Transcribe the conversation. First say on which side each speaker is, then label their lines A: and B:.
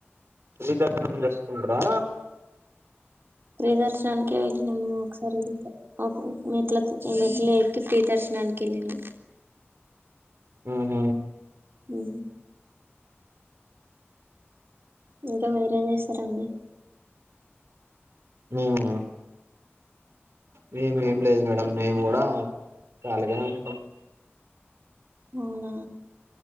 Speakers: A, on the right (about 70°); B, on the right (about 55°).
A: ఉచిత దర్శనం చేసుకుంట్రా
B: ఫ్రీ దర్శన్ దానీకే వెళ్ళ నమ్మ ఒకసారి వెళ్తే మెట్ల మెట్లలేకీ ఫ్రీ దర్శనానికి వెళ్లినం
A: ఆహ
B: అ ఇంకా మీరేం చేస్తారండి
A: మేము మేము ఏం భయపడం మేము కూడా ఖాళీగానే ఉంటాం
B: అవునా